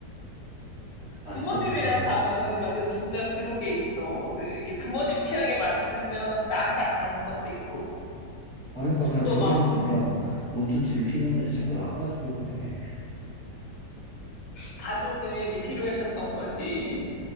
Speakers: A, on the right; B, on the left.
A: 아직도
B: 부모님이랑
A: 생각나.
B: 가면은, 맞아, 진짜 그런 게 있어. 그, 이게 부모님 취향에 맞추면 나한테 안 맞는 것도 있고.
A: 아, 그러니까 그냥
B: 또
A: 둘이서
B: 막,
A: 그냥
B: 어,
A: 온천 즐기면 되지. 자꾸 나까지고 그래.
B: 가족 여행이 필요하셨던 거지.